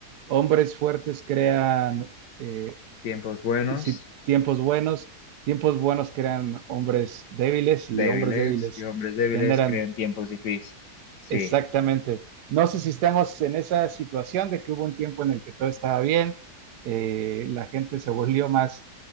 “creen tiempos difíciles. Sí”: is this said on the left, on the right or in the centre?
Left